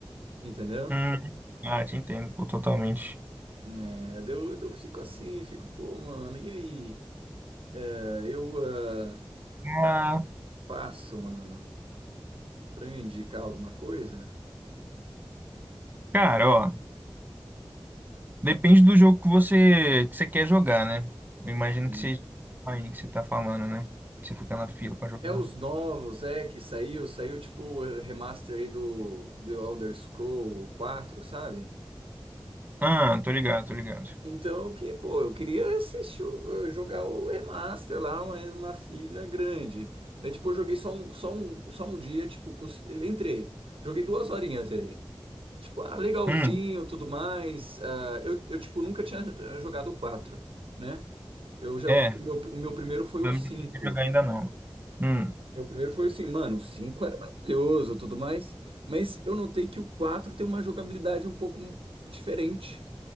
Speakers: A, on the right (about 75°); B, on the right (about 20°).
A: Entendeu?
B: Hum. Ah, te entendo, pô, totalmente.
A: É, daí eu, eu fico assim, fico, pô, mano, e aí? É, Eu ah,
B: Ah,
A: faço, mano, pra eu indicar alguma coisa?
B: cara, ó, depende do jogo que você, que você quer jogar, né?
A: Uhum.
B: Eu imagino que seja o Mine que você tá falando, né? Que você fica na fila pra jogar.
A: É os novos, é, que saiu, saiu tipo o remaster aí do The Elder Scroll quatro sabe?
B: Ah, tô ligado, tô ligado.
A: Então, que, pô, eu queria assistir, o- eh, jogar o remaster lá, mas uma filha grande. Daí, tipo, eu joguei só um, só um, só um dia, tipo, cus- entrei. Joguei duas horinhas ele. Tipo, ah, legalzinho,
B: Hum,
A: tudo mais. Ah, eu, eu, tipo, nunca tinha eh, jogado o 4, né? Eu já,
B: é.
A: fu- o meu, o meu primeiro foi o
B: Eu
A: cinco
B: não sei jogar ainda não. Hum,
A: Meu primeiro foi assim, mano, o 5 era maravilhoso, tudo mais. Mas eu notei que o 4 tem uma jogabilidade um pouco diferente,